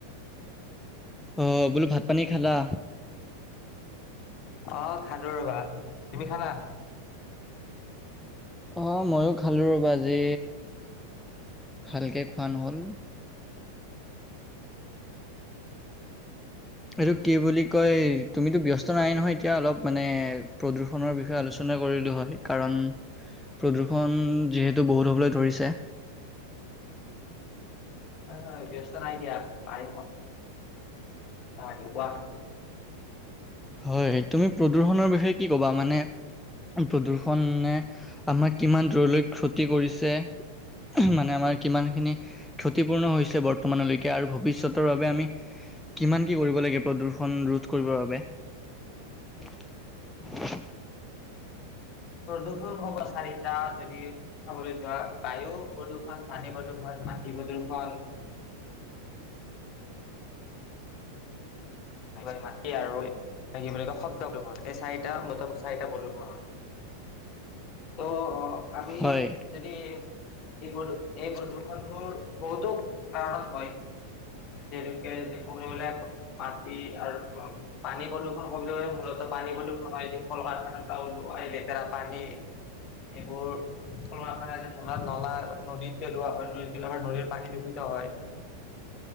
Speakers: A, in the centre; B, on the left.
A: অ বোলো ভাত-পানী খালা?
B: অ খালোঁ ৰ'বা, তুমি খালা
A: অঁ মইও খালোঁ ৰ'বা, আজি ভালকে খোৱা নহ'ল। এইটো কি বুলি কয় তুমিতো ব্যস্ত নাই নহয় এতিয়া অলপ মানে প্ৰদূ প্ৰদূষণৰ বিষয়ে আলোচনা কৰিলোঁ হয়, কাৰণ প্ৰদূষণ যিহেতু বহুত হ'বলৈ ধৰিছে।
B: হয় হয় ব্যস্ত নাই দিয়া পাৰিম কোৱা হয় কোৱা
A: হয়, তুমি প্ৰদূষণৰ বিষয়ে কি ক'বা মানে প্ৰদূষণে আমাক কিমান দূৰলৈ ক্ষতি কৰিছে এহ মানে আমাৰ কিমানখিনি ক্ষতিপূৰ্ণ হৈছে বৰ্তমানলৈকে আৰু ভৱিষ্যতৰ বাবে আমি কিমান কি কৰিব লাগিব প্ৰদূ্ষণ ৰোধ কৰিবৰ বাবে। <unintelligible>
B: প্ৰদূষণ হ'ব চাৰিটা যদি চাবলৈ যোৱা বায়ু প্ৰদূষণ পানী প্ৰদূষণ মাটি প্ৰদূষণ <unintelligible> মাটি আৰু এই কি বুলি কয় শব্দ প্ৰদূষণ এই চাৰিটা মুঠতে চাৰিটা প্ৰদূষণ হয়। ত' আমি
A: হয়।
B: যদি এই এই প্ৰদূ এই প্ৰদূষনবোৰ বহুতো কাৰণত হয়। যিহেতুকে যি ক'বলৈ গ'লে মাটি আৰু উম পানী প্ৰদূষণ কবলৈ গ'লে মূলত পানী প্ৰদূষণ হয় এই কল কাৰখানা পৰা ওলোৱা লেতেৰা পানী। সেইবোৰ কল কাৰখানা নলাত নলা নদী পেলোৱা হয়, নদী পেলাই আমাৰ নদীৰ পানী দূষিত হয়।
A: <inaudible>